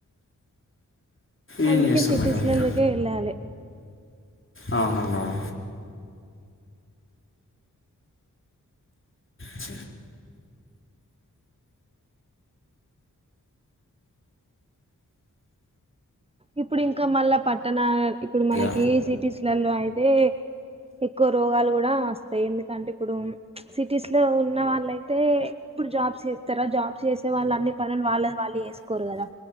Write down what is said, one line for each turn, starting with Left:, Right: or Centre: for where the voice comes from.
Left: ఏం
Right: అందుకే
Left: చేస్తాం
Right: సిటీస్లా
Left: మేడం ఇక
Right: లకే వెళ్ళాలి
Left: అవునండి అవును చ్
Right: ఇప్పుడు ఇంకా మళ్ళా పట్టణ ఇప్పుడు మనకీ
Left: ఇక
Right: సిటీస్లలో అయితే ఎక్కువ రోగాలు కూడా వస్తాయి ఎందుకంటే ఇప్పుడు ప్చ్ సిటీస్ లో ఉన్న వాళ్ళయితే తె ఇప్పుడు జాబ్స్ చేస్తారా జాబ్స్ చేసే వాళ్ళు అన్ని పనులు వాళ్లది వాళ్ళు చెసుకోరు కదా